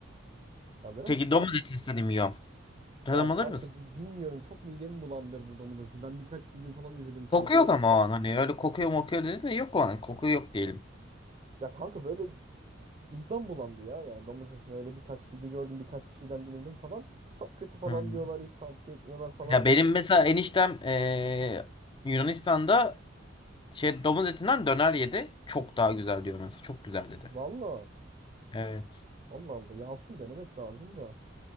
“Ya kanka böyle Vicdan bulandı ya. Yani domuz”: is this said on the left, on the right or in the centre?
Right